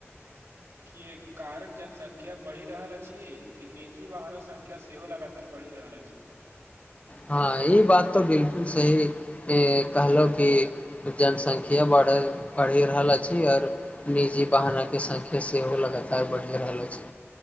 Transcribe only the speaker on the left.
हँ ई बात तऽ बिल्कुल सही कहलो कि जनसंख्या बढ़ पढ़ि रहल अछि आओर निजी बहनो के संख्या सेहो लगातार बढ़ि रहल अछि